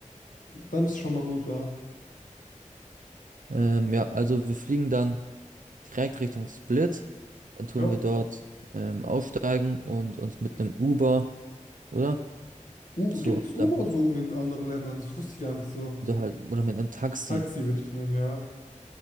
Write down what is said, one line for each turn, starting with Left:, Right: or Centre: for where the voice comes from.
Left: Dann ist schon mal gut, ja.
Right: Ähm, ja, also wir fliegen dann direkt Richtung Split. Dann tun
Left: Ja.
Right: wir dort ähm, aussteigen und uns mit einem Uber, oder?
Left: U
Right: Zu
Left: gibt's
Right: unserem,
Left: Uber so in anderen Ländern? Das wusste ich gar nicht so.
Right: oder halt, oder mit einem Taxi
Left: Taxi würde ich nehmen, ja.